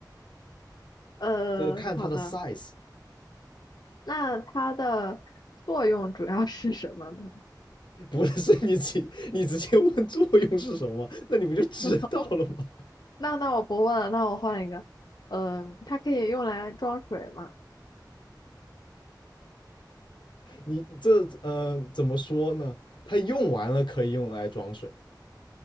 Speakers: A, on the left (about 60°); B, on the left (about 85°).
A: 呃，
B: 这个看它的
A: 好的。
B: size，
A: 那它的作用主要是什么呢？
B: 不是 <laughs> 你直你直接问作用是什么，那你不就知道了吗？
A: <laughs> 那那我不问了，那我换一个。嗯、它可以用来装水吗？
B: 你这呃怎么说呢？它用完了可以用来装水，